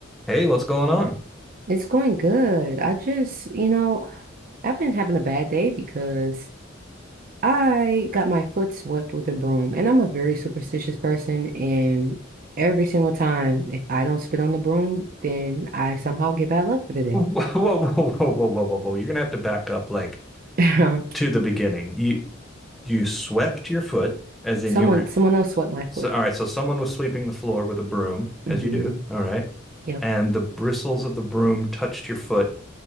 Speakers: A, in the centre; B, on the right.
A: Hey, what's going on?
B: It's going good. I just, you know, I've been having a bad day because I got my foot swept with a broom, and I'm a very superstitious person. And every single time, if I don't spit on the broom, then I somehow get bad luck for
A: <laughs>
B: the day.
A: Whoa, whoa, whoa, whoa, whoa, whoa, whoa, whoa. You're gonna have to back up like
B: <laughs>
A: to the beginning. You you swept your foot, as in
B: Someone,
A: you were
B: someone else swept my foot.
A: so all right, so someone was sweeping the floor with a broom,
B: hmm
A: as you do, all right,
B: Yep.
A: and the bristles of the broom touched your foot